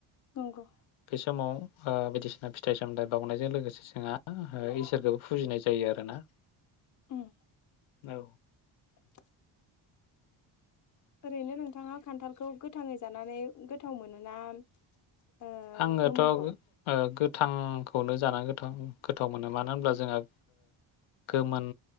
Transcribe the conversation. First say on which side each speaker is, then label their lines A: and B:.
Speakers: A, on the left (about 40°); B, on the left (about 80°).
A: नंगौ
B: बे समाव ओ बायदिसिना फिथाइ सामथायाइ बावनायजों लोगोसे जोंहा इसोरखौबो फुजिनाय जायो आरोना
A: ओम
B: औ
A: <inaudible> ओरैनो नोंथाङा खान्थालखौ गोथाङै जानानै गोथाव मोनोना ओ
B: आङोथ'
A: गोमोनखौ?
B: गो गोथांखौनो जानानै गोथाव गोथाव मोनो मानो होनब्ला जोंहा गोमोन